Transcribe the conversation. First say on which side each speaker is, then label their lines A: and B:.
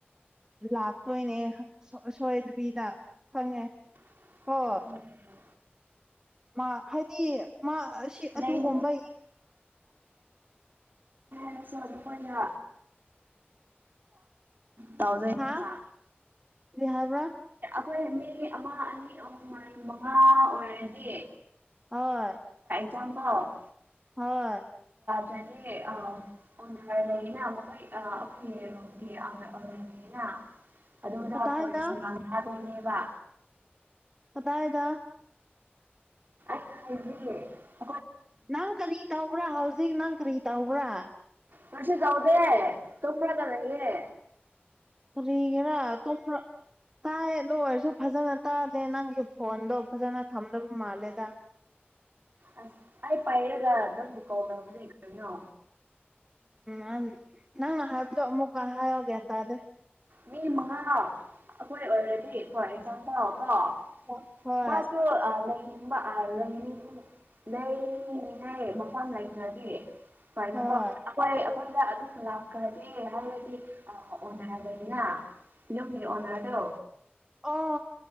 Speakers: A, on the right (about 20°); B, on the right (about 55°).
A: ꯂꯥꯛꯇꯣꯏꯅꯦ ꯑꯁꯣꯏꯗꯕꯤꯗ ꯈꯪꯉꯦ
B: ꯎꯝ
A: ꯍꯣ ꯃꯥ ꯍꯥꯏꯗꯤ ꯃꯥ ꯑꯁꯤ
B: ꯅ
A: ꯑꯗꯨꯒꯨꯝꯕ
B: ꯌꯥ ꯅ ꯁꯄꯅꯣ ꯇꯧꯗꯣꯏꯅꯦ
A: ꯍꯥ
B: ꯃꯥ
A: ꯀꯔꯤ ꯍꯥꯏꯕꯔ꯭
B: ꯑꯩꯈꯣꯏ ꯃꯤ ꯑꯃ ꯑꯅꯤ ꯑꯍꯨꯝ ꯃꯔꯤ ꯃꯉꯥ ꯑꯣꯏꯔꯗꯤ
A: ꯍꯣꯏ
B: ꯆꯄ
A: ꯍꯣꯏ
B: ꯗꯤ ꯑ ꯑꯣꯅꯔ ꯂꯩꯅ ꯃꯈꯣꯏ ꯑ ꯑꯩꯔꯣꯒꯤꯔ ꯂꯩꯌꯦꯅ ꯑꯗꯗꯥ
A: ꯀꯗꯥꯏꯗ
B: ꯄꯨꯁ ꯃꯉꯗꯅꯦꯕ
A: ꯀꯗꯥꯏꯗ
B: <unintelligible>
A: ꯅꯪ ꯀꯔꯤ ꯇꯧꯕ꯭ꯔ ꯍꯧꯖꯤꯛ ꯅꯪ ꯀꯔꯤ ꯇꯧꯕ꯭ꯔ
B: ꯀꯩꯁꯨ ꯇꯧꯗꯦ ꯇꯨꯝꯃꯒ ꯂꯩꯌꯦ
A: ꯀꯔꯤꯒꯤꯔ ꯇꯨꯝꯔ ꯇꯥꯏꯌꯦ ꯑꯗꯨ ꯑꯣꯏꯔꯁꯨ ꯐꯖꯅ ꯇꯥꯗꯦ ꯅꯪꯒꯤ ꯐꯣꯟꯗꯣ ꯐꯖꯅ ꯊꯝꯗꯕ ꯃꯥꯜꯂꯦꯗ
B: ꯑꯁ ꯑꯩ ꯄꯥꯏꯔꯒ ꯑꯗꯨꯝ ꯀꯣꯜ ꯇꯧꯕꯅꯦ ꯀꯔꯤꯅꯣ
A: ꯎꯝ ꯅꯪꯅ ꯍꯥꯏꯕꯗꯣ ꯑꯃꯨꯛꯀ ꯍꯥꯏꯌꯣ ꯒꯌꯥꯟ ꯇꯥꯗꯦ
B: ꯃꯤ ꯃꯉꯥ ꯑꯩꯈꯣꯏ ꯑꯣꯏꯔꯗꯤ ꯐꯣꯔ ꯑꯦꯛꯖꯥꯝꯄꯜ ꯀꯣ
A: ꯍꯣꯏ
B: ꯃꯥꯁꯨ ꯑ ꯂꯩ ꯕ ꯑ ꯂꯩꯅꯤꯡꯕ ꯂꯩ ꯂꯩ ꯂꯩ ꯃꯐꯝ ꯂꯩꯇ꯭ꯔꯗꯤ ꯐꯔꯅꯕꯣ
A: ꯍꯣꯏ
B: ꯑꯩꯈꯣꯏ ꯑꯩꯈꯣꯏꯗ ꯑꯗꯨꯝ ꯂꯥꯛꯈ꯭ꯔꯒꯦ ꯍꯥꯏꯔꯗꯤ ꯑ ꯅꯤꯅꯥ ꯌꯨꯝꯒꯤ ꯑꯣꯅꯔꯗꯣ
A: ꯑ